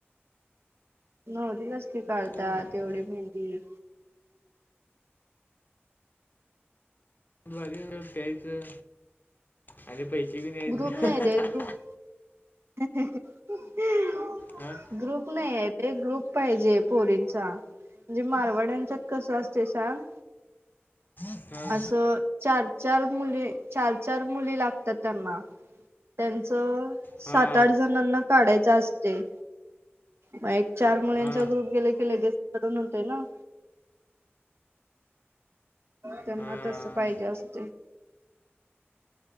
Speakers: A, on the right; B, on the left.
A: नवरीलाच की काढतात,
B: हं.
A: एवढी मेहंदी.
B: भारी बाबा प्यायचं, आणि पैसे बी न्यायचं.
A: ग्रुप नाही रे ग्रुप <unintelligible>
B: आं.
A: ग्रुप नाहीयत रे, ग्रुप पाहिजे पोरींचा. म्हणजे मारवाड्यांच्यात कसं असतय सांग.
B: हां
A: असं चार- चार मुली, चार -चार मुली लागतात. त्यांना, त्यांचं
B: हां
A: सात- आठ जणांना काढायच असतय. मग एक चार मुलींचा
B: हां
A: ग्रुप गेल की लगेच काढून होतय ना. त्यांना
B: हां
A: तस पाहिजे असतय.